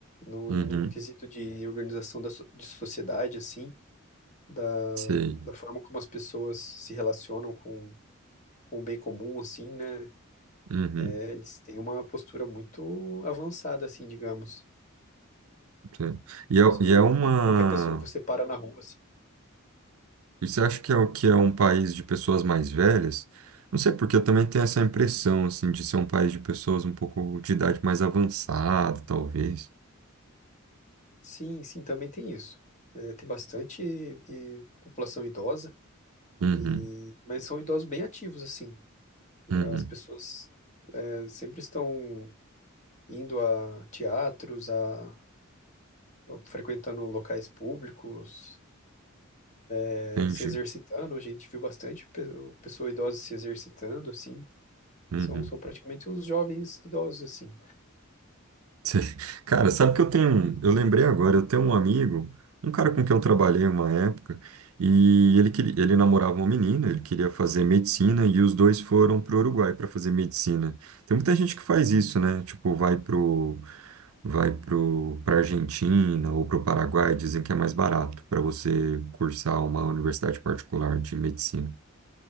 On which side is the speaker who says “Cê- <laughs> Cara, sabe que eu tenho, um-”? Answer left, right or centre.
Right